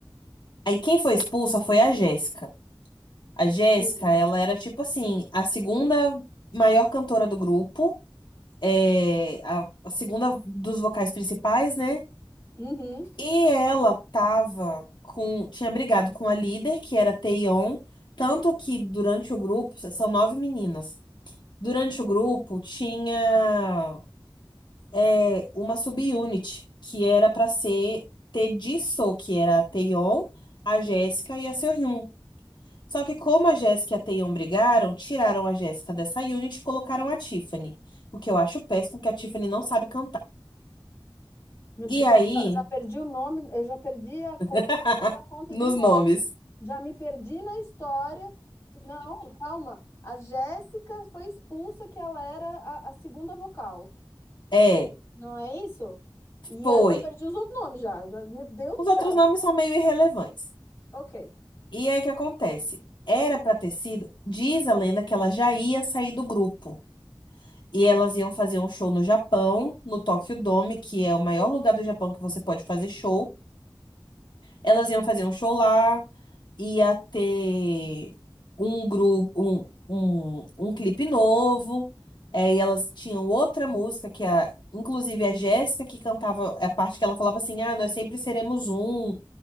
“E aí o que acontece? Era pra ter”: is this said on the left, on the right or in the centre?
Left